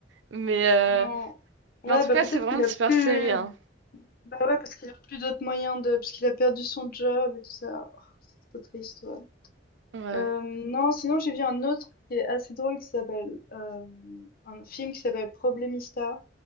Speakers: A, on the right; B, on the left.
A: Mais, euh,
B: Non. Ouais,
A: mais en tout
B: bah
A: cas,
B: peut-être
A: c'est vraiment
B: qu'il
A: une
B: a
A: super
B: plus.
A: série, hein.
B: Bah ouais, parce qu'il a plus d'autres moyens de. Parce qu'il a perdu son job et tout ça. Oh, c'est trop triste, ouais.
A: Ouais,
B: Euh, non, sinon j'ai vu un autre qui est assez drôle qui s'appelle. euh, un film qui s'appelle Problemista.